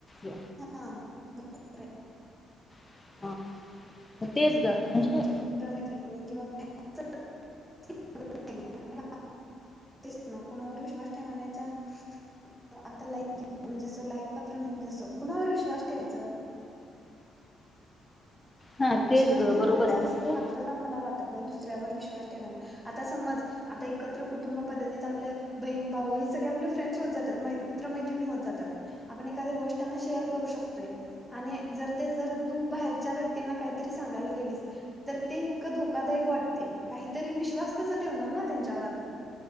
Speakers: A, on the left; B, in the centre.
A: <unintelligible>
B: <inaudible> ह अ <unintelligible> बरं हय.
A: <inaudible> ह, <inaudible> तेच ग म्हणजे
B: मित मैत्रिनी किंवा <unintelligible> तेच ना कुणावर विश्वास ठेवाण्याच्या <inaudible> आता लाईकी म्हणजे, स लाईक पत्र नजस, कुणावर विश्वास ठेवायच. <inaudible> <inaudible>
A: हा
B: विश्वास
A: तेच ग
B: ठेवण्याच
A: बरोबर आहे
B: असं
A: म्हणजे
B: पात्रता मला वाटत नाही. दुसऱ्यावर विश्व वास ठेवाला, आता समज आता एकत्र कुटुंब पद्धतीत आपलं भहिण भाऊ हे सगळे आपले फ्रेन्डस होत जातात. मय मित्र मैत्रीण होत जातात, आपण एखादी गोष्ट त्यांना शेअर करू शकतोय. आणि जर ते जर तू बाहेरच्या व्यक तींना काहीतरी सांगाला गेलीस, तर ते इतकं धोकादायक वाटते काहीतरी विश्वास कस ठेवणार ना त्यांच्यावर,